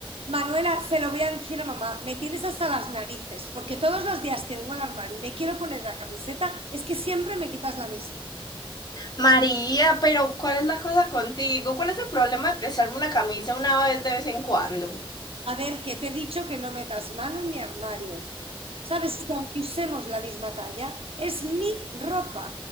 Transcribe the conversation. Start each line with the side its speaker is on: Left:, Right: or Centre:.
Right: Manuela, se lo voy a decir a mamá, me tienes hasta las narices, porque todos los días que vengo al armario y me quiero poner la camiseta, es que siempre me quitas la misma.
Left: María, pero ¿cuál es la cosa contigo? ¿Cuál es el problema de prestarme una camisa una vez de vez en cuando?
Right: A ver, que te he dicho que no metas mano en mi armario. Sabes que aunque usemos la misma talla, es mi ropa.